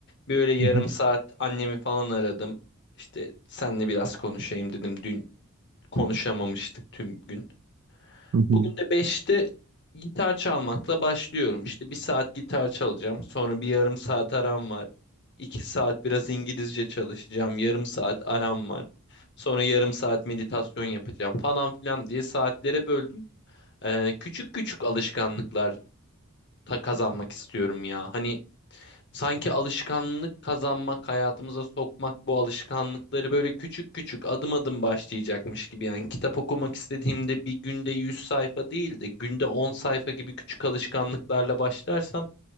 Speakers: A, on the left (about 50°); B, on the right (about 60°).
A: Böyle yarım
B: Hı hı,
A: saat annemi falan aradım. İşte senle biraz konuşayım dedim. Dün konuşamamıştık tüm gün.
B: hı hı.
A: Bugün de beşte gitar çalmakla başlıyorum. İşte bir saat gitar çalacağım. Sonra bir yarım saat aram var. 2 saat biraz İngilizce çalışacağım. Yarım saat aram var. Sonra yarım saat meditasyon yapacağım falan filan diye saatlere böldüm. Ee, küçük küçük alışkanlıklar ta kazanmak istiyorum ya. Hani Sanki alışkanlık kazanmak, hayatımıza sokmak bu alışkanlıkları böyle küçük küçük adım adım başlayacakmış gibi. Yani kitap okumak istediğimde bir günde 100 sayfa değil de günde 10 sayfa gibi küçük alışkanlıklarla başlarsam